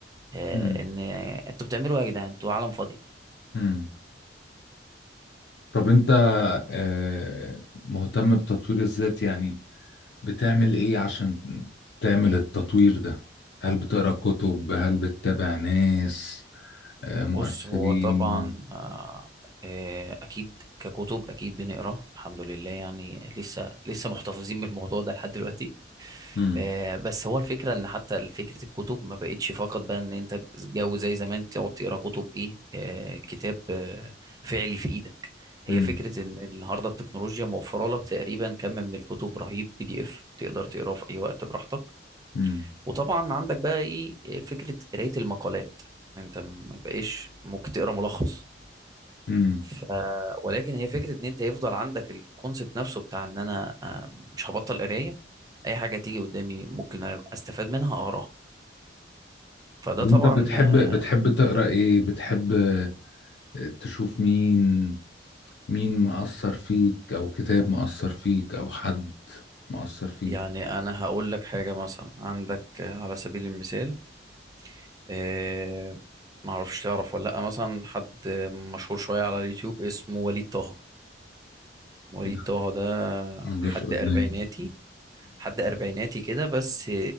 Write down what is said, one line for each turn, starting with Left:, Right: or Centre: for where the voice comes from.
Right: آه
Left: مم.
Right: ان انتوا بتعملوا ايه يا جدعان انتوا عالم فاضيه
Left: مم. طب انت آه، مهتم بتطوير الذات يعني بتعمل ايه عشان تعمل التطوير ده هل بتقرا كتب هل بتتابع ناس آه،
Right: بص
Left: مؤثرين
Right: هو طبعا آه، آه، اكيد ككتب اكيد بنقرا الحمد لله يعني لسه لسه محتفظين بالموضوع ده لحد دلوقتي
Left: مم.
Right: آه، بس هو الفكره ان حتى فكره الكتب ما بقتش فقط بقى ان انت جو زي زمان تقعد تقرا كتب ايه آه، كتاب آه، فعلي في ايدك هي
Left: مم.
Right: فكره ان النهارده التكنولوجيا موفره لك تقريبا كم من الكتب رهيب بي دي اف تقدر تقراه في اي وقت براحتك
Left: مم.
Right: وطبعا عندك بقى ايه إيه، فكره قرايه المقالات انت ما بقاش ممكن تقرا ملخص
Left: مم.
Right: ف... ولكن هي فكره ان انت يفضل عندك الكونسبت نفسه بتاع ان انا آه، مش هبطل قرايه اي حاجه تيجي قدامي ممكن استفاد منها اقراها فده
Left: طب
Right: طبعا
Left: انت بتحب
Right: آه،
Left: بتحب تقرا ايه بتحب آه، تشوف مين مين مؤثر فيك او كتاب مؤثر فيك او حد مؤثر فيك
Right: يعني انا هقول لك حاجه مثلا عندك آه، على سبيل المثال آه، معرفش تعرف ولا لا مثلا حد مشهور شويه على اليوتيوب اسمه وليد طه وليد
Left: لا
Right: طه ده
Left: ما
Right: حد
Left: جاش قدامي
Right: أربعيناتي حد اربعيناتي كده بس